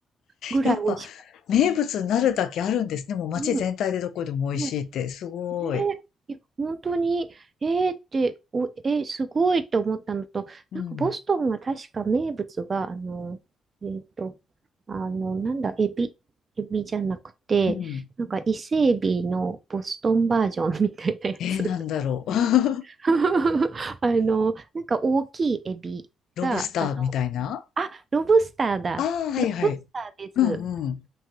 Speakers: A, on the right (about 35°); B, on the left (about 75°).
A: ぐらい美味しかっ
B: やっぱ、名物になるだけあるんですね。
A: た。
B: もう街全体でどこでも美味しいって。
A: うん。ね、
B: すごい。
A: ね、いや本当に、えーって、お、えーすごいと思ったのと、
B: うん。
A: なんかボストンは確か名物が、あの、えっと、あの、なんだ、エビ、エビじゃなくて、
B: うん。
A: なんか伊勢エビのボストンバージョンみたいなやつ。
B: えー、なんだろう。<laughs>
A: <laughs> あの、なんか大きいエビが、
B: ロブスターみたいな
A: あの、あ、ロブスターだ。
B: ああー、はいはい。
A: ロブスターです。
B: うんうん。